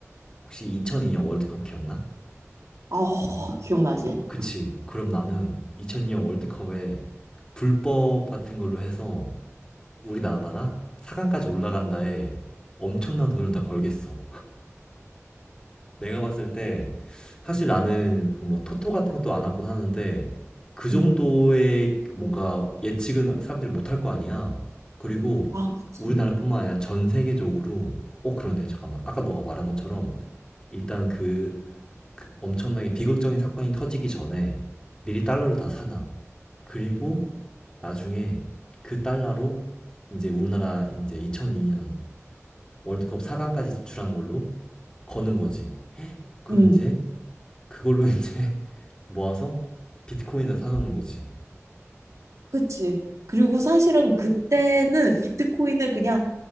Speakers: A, on the left (about 15°); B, on the right (about 80°).
A: 혹시 2002년 월드컵 기억나?
B: 아, 어, 기억나지?
A: 그치. 그럼 나는 2002년 월드컵에 불법 같은 걸로 해서 우리나라가 4강까지 올라간다에 엄청난 돈을 다 걸겠어. 내가 봤을 때 사실 나는 그뭐 토토 같은 것도 안 하곤 하는데 그 정도의
B: 음.
A: 뭔가 예측은 사람들이 못 할 거 아니야. 그리고
B: 아, 그치.
A: 우리나라뿐만 아니라 전 세계적으로 어 그러네 잠깐만 아까 너가 말한 것처럼 일단 그, 그 엄청나게 비극적인 사건이 터지기 전에 미리 달러를 다 사놔. 그리고 나중에 그 달러로 이제 우리나라 이제 2002년 월드컵 4강까지 진출하는 걸로 거는 거지. 그럼
B: 음,
A: 이제 그걸로 <laughs> 이제 모아서 비트코인을 사놓는 거지.
B: 그치. 그리고 사실은 그때는 비트코인을 그냥